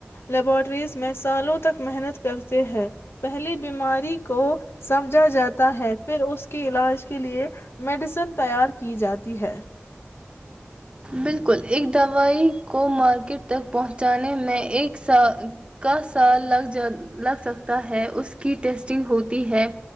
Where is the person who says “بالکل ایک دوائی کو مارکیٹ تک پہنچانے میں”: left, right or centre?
Right